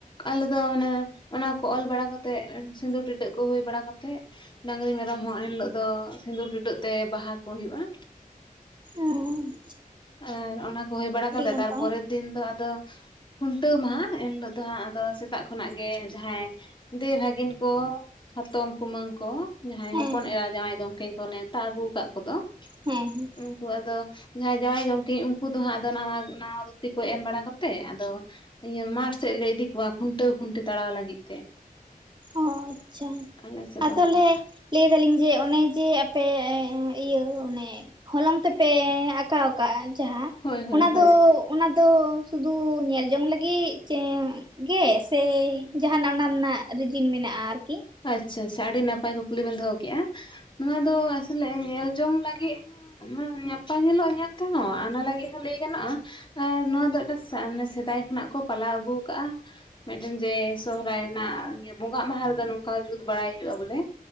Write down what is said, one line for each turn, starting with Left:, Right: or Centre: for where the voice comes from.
Left: ᱟᱞᱮ ᱫᱚ ᱚᱱᱟ ᱚᱱᱟ ᱠᱚ ᱚᱞ ᱵᱟᱲᱟ ᱠᱟᱛᱮᱜ ᱥᱤᱸᱫᱩᱨ ᱴᱤᱰᱟᱹᱜ ᱠᱚ ᱦᱩᱭ ᱵᱟᱲᱟ ᱠᱟᱛᱮᱜ ᱰᱟᱝᱨᱤ ᱢᱮᱨᱚᱢ ᱦᱚᱸ ᱮᱱ ᱦᱤᱞᱳᱜ ᱫᱚ ᱥᱤᱸᱫᱩᱨ ᱴᱤᱰᱟᱹᱜ ᱛᱮ ᱵᱟᱦᱟ ᱠᱚ ᱦᱩᱭᱩᱜᱼᱟ ᱾
Right: ᱚᱸᱻ
Left: ᱟᱨ ᱚᱱᱟ ᱠᱚ ᱦᱩᱭ ᱵᱟᱲᱟ ᱠᱟᱛᱮ
Right: ᱱᱟᱯᱟᱭ
Left: ᱛᱟᱨ ᱯᱚᱨᱮᱨ ᱫᱤᱱ ᱫᱚ ᱟᱫᱚ ᱠᱷᱩᱱᱴᱟᱹᱣ ᱢᱟᱦᱟ ᱮᱱᱦᱤᱞᱚᱜ ᱫᱚ ᱦᱟᱸᱜ ᱟᱫᱚ ᱥᱮᱛᱟᱜ ᱠᱷᱚᱱᱟᱜ ᱜᱮ ᱡᱟᱦᱟᱸᱭ ᱫᱮᱹᱵᱷᱟᱜᱤᱱ ᱠᱚ ᱦᱟᱛᱚᱢ ᱠᱩᱢᱟᱹᱝ ᱠᱚ ᱡᱟᱦᱟᱸᱭ
Right: ᱦᱮᱸ
Left: ᱦᱚᱯᱚᱱ ᱮᱨᱟ ᱡᱟᱶᱟᱭ ᱜᱚᱢᱠᱮᱧ ᱠᱚ ᱱᱮᱶᱛᱟ ᱟᱹᱜᱩ ᱠᱟᱜ ᱠᱚᱫᱚ
Right: ᱦᱚᱸ ᱦᱚᱸ
Left: ᱩᱱᱠᱩ ᱟᱫᱚ ᱡᱟᱦᱟᱸᱭ ᱡᱟᱶᱟᱭ ᱜᱚᱢᱠᱮᱧ ᱩᱱᱠᱩ ᱫᱚ ᱦᱟᱸᱜ ᱟᱫᱚ ᱱᱟᱣᱟ ᱱᱟᱣᱟ ᱫᱷᱩᱛᱤ ᱠᱚ ᱮᱢ ᱵᱟᱲᱟ ᱠᱟᱛᱮ ᱟᱫᱚ ᱤᱭᱟᱹ ᱢᱟᱴᱷ ᱥᱮᱫ ᱞᱮ ᱤᱫᱤ ᱠᱚᱣᱟ ᱠᱷᱩᱱᱴᱟᱹᱣ ᱠᱷᱩᱱᱴᱤ ᱛᱟᱲᱟᱣ ᱞᱟᱹᱜᱤᱫ ᱛᱮ᱾
Right: ᱚᱻ ᱟᱪᱪᱷᱟ
Left: ᱟᱞᱮ ᱥᱮᱫ
Right: ᱟᱥᱚᱞᱮ
Left: ᱫᱚ ᱚᱱᱠᱟ
Right: ᱞᱟᱹᱭ ᱫᱟᱹᱞᱤᱧ ᱡᱮ ᱚᱱᱮ ᱡᱮ ᱟᱯᱮ, ᱤᱭᱟᱹ ᱚᱱᱮ ᱦᱚᱞᱚᱝ ᱛᱮᱯᱮ ᱟᱠᱟᱶ ᱠᱟᱜ-ᱟ ᱡᱟᱦᱟᱸ
Left: ᱦᱳᱭ ᱦᱳᱭ
Right: ᱚᱱᱟ
Left: ᱦᱳᱭ
Right: ᱫᱚᱻ ᱚᱱᱟ ᱫᱚ ᱥᱩᱫᱩ ᱧᱮᱞ ᱡᱚᱝ ᱞᱟᱹᱜᱤᱫ ᱪᱮ ᱜᱮ ᱥᱮ ᱡᱟᱦᱟᱸᱱᱟᱜ ᱚᱱᱟ ᱨᱮᱱᱟᱜ ᱨᱤᱡᱤᱱ ᱢᱮᱱᱟᱜᱼᱟ ᱟᱨᱠᱤ?
Left: ᱟᱪᱪᱷᱟ ᱟᱪᱪᱷᱟ ᱟᱹᱰᱤ ᱱᱟᱯᱟᱭ ᱠᱩᱠᱞᱤ ᱵᱤᱱ ᱫᱚᱦᱚ ᱠᱮᱜ-ᱟ, ᱱᱚᱣᱟ ᱫᱚ ᱟᱥᱚᱞᱮ ᱧᱮᱞᱡᱚᱝ ᱞᱟᱹᱜᱤᱫ ᱚᱱᱟ ᱱᱟᱯᱟᱭ ᱧᱮᱞᱚᱜᱼᱟ ᱧᱮᱞ ᱛᱮᱦᱚᱸ ᱚᱱᱟ ᱞᱟᱹᱜᱤᱫ ᱦᱚᱸ ᱞᱟᱹᱭ ᱜᱟᱱᱚᱜᱼᱟ ᱾ ᱟᱨ ᱱᱚᱣᱟ ᱫᱚ ᱢᱤᱫᱴᱟᱹᱝ ᱦᱟᱱᱮ ᱥᱮᱫᱟᱭ ᱠᱷᱚᱱᱟᱜ ᱠᱚ ᱯᱟᱞᱟᱣ ᱟᱹᱜᱩ ᱟᱠᱟᱜᱼᱟ ᱾ ᱢᱤᱫᱴᱮᱱ ᱡᱮ ᱥᱚᱦᱚᱨᱟᱭ ᱨᱮᱱᱟᱜ ᱤᱭᱟᱹ ᱵᱚᱸᱜᱟᱜ ᱢᱟᱦᱟ ᱨᱮᱫᱚ ᱱᱚᱝ ᱠᱟ ᱡᱩᱛ ᱵᱟᱲᱟᱭ ᱦᱩᱭᱩᱜᱼᱟ ᱵᱚᱞᱮ